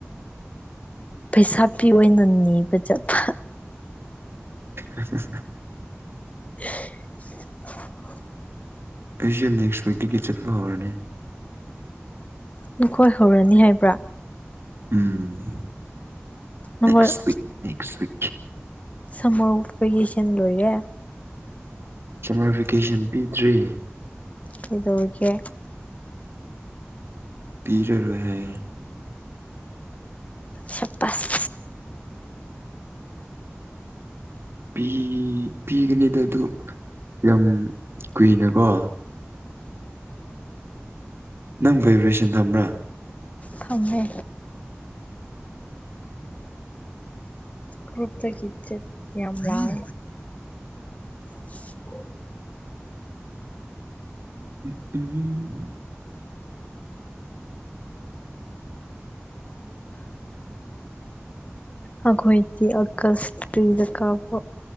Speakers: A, on the left (about 30°); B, on the right (about 60°).
A: ꯄꯩꯁꯥ ꯄꯤ ꯑꯣꯏꯅ ꯅꯤꯕ ꯆꯠꯄ
B: <inaudible>
A: <inaudible>
B: ꯑꯩꯁꯦ ꯅꯦꯛꯁ ꯋꯤꯛꯗꯒꯤ ꯆꯠꯄ ꯍꯧꯔꯅꯦ
A: ꯅꯈꯣꯏ ꯍꯧꯔꯅꯤ ꯍꯥꯏꯕ꯭ꯔꯥ
B: ꯎꯝ
A: ꯅꯝꯕꯔ
B: ꯅꯦꯛꯁꯋꯤꯛ ꯅꯦꯛꯁꯋꯤꯛ
A: ꯁꯔ ꯐꯤꯀꯦꯁꯟ ꯂꯣꯏꯌꯦ
B: ꯁꯝꯃꯔ ꯚꯦꯀꯦꯁꯟ ꯄꯤꯗ꯭ꯔꯤ
A: ꯀꯗꯧꯒꯦ
B: ꯄꯤꯔꯔꯣꯏ ꯍꯥꯏ
A: ꯁꯄꯁ
B: ꯄꯤ ꯄꯤꯒꯅꯤꯗ ꯑꯗꯨ ꯌꯥꯝ ꯀꯨꯏꯅꯀꯣ ꯅꯪ ꯚꯥꯏꯕ꯭ꯔꯦꯁꯟ ꯊꯝꯕ꯭ꯔꯥ
A: ꯊꯝꯃꯦ ꯀ꯭ꯄ ꯀꯆꯗꯤ ꯌꯥꯝ ꯂꯑ <inaudible>
B: <unintelligible>
A: ꯑꯩꯈꯣꯏꯗꯤ ꯑꯀꯁꯇ꯭ꯔꯤꯗ ꯀꯥꯄ